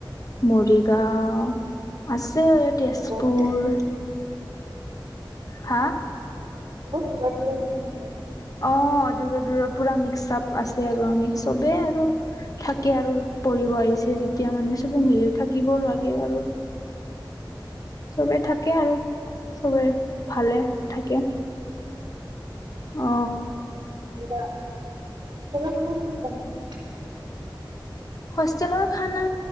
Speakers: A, on the left; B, on the right.
A: মৰিগাঁও আছে এই তেজপুৰ
B: বহুত
A: হা
B: বহুত দূৰত দূৰত
A: অ দূৰৰ দূৰৰ পুৰা মিক্স আপ আছে আৰু আমি চবে আৰু থাকে আৰু পঢ়িব আহিছে যেতিয়া মানে চবে মিলি থাকিবও লাগে আৰু চবে থাকে আৰু চবে ভালে থাকে অ
B: বা <unintelligible>
A: হোষ্টেলৰ খানা